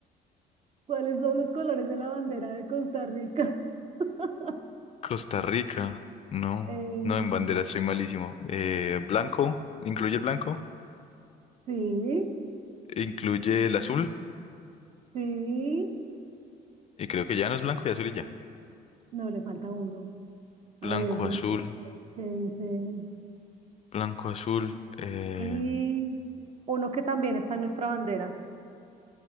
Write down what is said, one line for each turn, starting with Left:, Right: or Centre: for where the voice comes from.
Right: ¿Cuáles son los colores de la bandera de Costa Rica? <laughs>
Left: Costa Rica. No,
Right: Eh,
Left: no en bandera, soy malísimo. Eh, blanco, incluye el blanco,
Right: sí,
Left: incluye el azul,
Right: sí.
Left: y creo que ya no es blanco y azul y ya.
Right: No, le falta uno. A
Left: Blanco,
Right: ver, ven,
Left: azul,
Right: ven, ven, ¿qué dice?
Left: blanco, azul, eh,
Right: Y uno que también está en nuestra bandera.